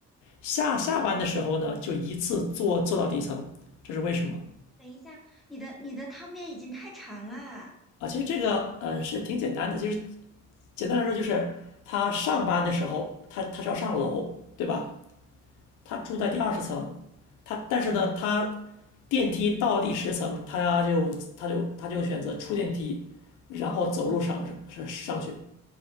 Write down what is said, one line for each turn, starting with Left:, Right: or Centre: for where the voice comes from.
Left: 下下班的时候呢，
Centre: 嗯，
Left: 就一次坐坐到底层，这是为什么
Centre: 等一下，你的你的汤面已经太长啦。
Left: 啊？其实这个嗯是挺简单的，其实简单来说就是他上班的时候，他他是要上楼，对吧？他住在第二十层，
Centre: 嗯
Left: 他但是呢，他电梯到第十层，他就他就他就选择出电梯，然后走路上上上去。